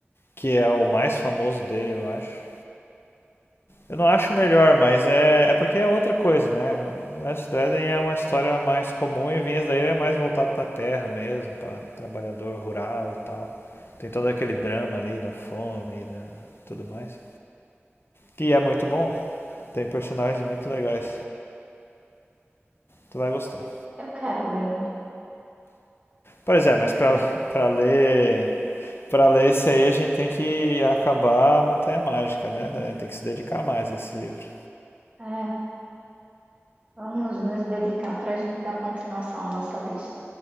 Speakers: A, on the left; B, on the right.
A: que é o mais famoso dele, eu acho. Eu não acho o melhor, mas é, é porque é outra coisa, né? Last of the Eden é uma história mais comum e Vinhas da Ira é mais voltado pra terra mesmo, pra trabalhador rural e tal. Tem todo aquele drama ali da fome e da tudo mais, que é muito bom. Tem personagens muito legais. Tu vai gostar.
B: Eu quero ler.
A: Pois é, mas para para <laughs> ler para ler esse aí a gente tem que acabar a Montanha Mágica, né? A gente tem que se dedicar mais a esse livro.
B: É, vamos nos dedicar pra gente dar continuação à nossa lista.